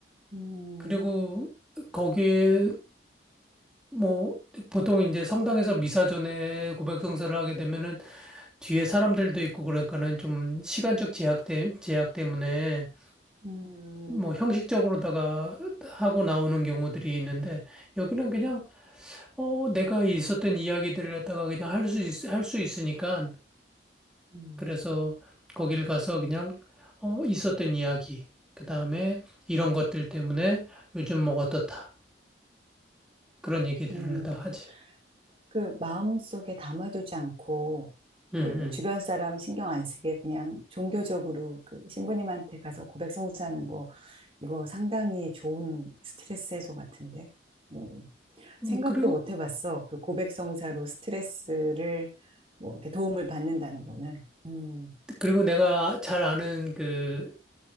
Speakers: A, on the right (about 30°); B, in the centre.
A: 음,
B: 그리고 거기에 뭐 보통 이제 성당에서 미사 전에 고백성사를 하게 되면은 뒤에 사람들도 있고 그러니까는 좀 시간적 제약 때, 제약 때문에
A: 음,
B: 뭐 형식적으로다가 하고 나오는 경우들이 있는데 여기는 그냥 어, 내가 있었던 이야기들을 갖다가 그냥 할 수, 할 수 있으니까,
A: 음,
B: 그래서 거기를 가서 그냥, 어, 있었던 이야기, 그 다음에 이런 것들 때문에 요즘 뭐 어떻다. 그런 얘기들을
A: 음.
B: 갖다가 하지.
A: 그 마음속에 담아두지 않고
B: 응,
A: 그 뭐 주변 사람 신경 안 쓰게 그냥 종교적으로 그 신부님한테 가서 고백 성사하는 거 이거 상당히 좋은 스트레스 해소 같은데 음,
B: 응.
A: 생각도
B: 음, 그리고,
A: 못 해봤어 그 고백 성사로 스트레스를 뭐 이렇게 도움을 받는다는 거는 음,
B: 그리고 내가 잘 아는 그,